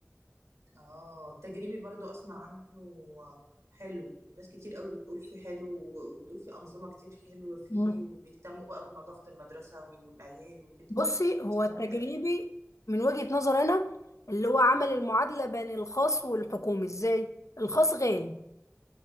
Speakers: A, on the right; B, on the left.
A: اه التجريبي برضو اسمع عنه حلو ناس كتير قوي بتقول فيه حلو و- وتقول فيه انظمه كتير حلوه فيه
B: مم.
A: وبيهتموا بقى بنظافه المدرسه والعيال وكده
B: بصي هو
A: سمعت
B: التجريبي من وجهه نظر انا اللي هو عمل المعادله بين الخاص والحكومي ازاي الخاص غالي